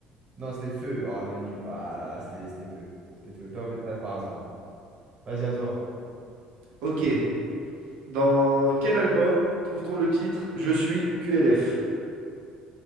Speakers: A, on the right; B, on the right.
A: Non, c'était feu. Ah, le nu. Ah, là, c'était c'était feu. C'était feu. Top, mais c'est pas grave, c'est pas grave. Vas-y, à toi.
B: Ok. Dans quel album trouve-t-on le titre Je suis QLF?